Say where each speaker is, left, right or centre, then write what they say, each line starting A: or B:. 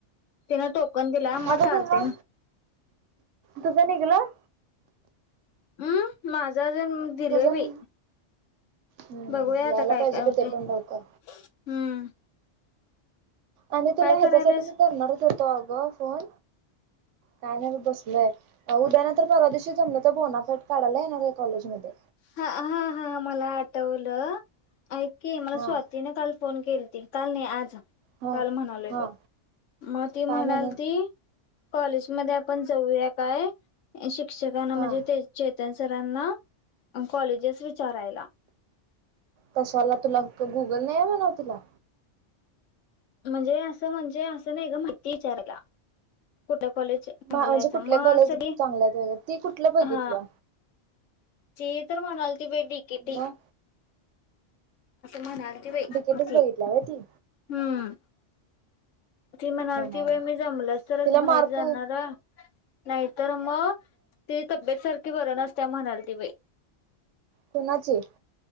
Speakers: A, on the left; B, on the right.
A: तिन टोकन दिला म
B: अगं
A: चालतय.
B: तुला तुझं निघलं
A: हम् माझा अजून दिलोय
B: तुझं
A: बाई.
B: हम्म
A: बघूया
B: यायला
A: आता काय-काय
B: पाहिजे प
A: होते
B: ते
A: हम्म.
B: पण लवकर आणि तुला
A: काय
B: ह्याच्यासाठी
A: करायलास
B: मी करणारच होतो. अगं फोन. काय नाही बघ बसलोय. उद्या नाहीं तर परवा दिेवशी जमलं तर बोनाफाईड काढायला येणार आहे. कॉलेजमध्ये.
A: हा. हा. हा मला आठवलं. ऐक मला
B: हा
A: स्वातीने काल. फोन केलती काल नाहीतर आज.
B: हा
A: काल म्हणालोय
B: हा
A: बघ. मग ती म्हणाल
B: काय म्हणून
A: ती. कॉलेजमध्ये आपण जाऊया काय शिक्षकांना म्हणजे
B: हा
A: त्याच्या. सरांना कॉलेजस विचारायला.
B: कशाला तुला गुगल नाही आहे म्हणाव तुला?
A: म्हणजे. असं म्हणजे. असं नाहीं एक माहिती विचारायला. कुठ. कॉलेज चांगलं
B: म्हणजे
A: हाय
B: कुठल्या
A: मग
B: कॉलेज
A: सगळी
B: चांगल्या आहेत वगैरे ती कुठलं बघितल्या
A: हा. चीई तर म्हणालती डी. के. टी.
B: मग
A: म्हणालती बाई
B: डिकेटच
A: ती
B: बघितल्या व
A: हम्म.
B: ती
A: ती म्हणाल
B: म्हणाव
A: ती व्हय
B: मग
A: मी जमलस तरच,
B: तिला मार्क
A: बाहेर जाणार
B: ह
A: हं. नाही तर मग, ति तब्येत सारखी बरं नसतीया, म्हणाल ती बाई.
B: कुणाची?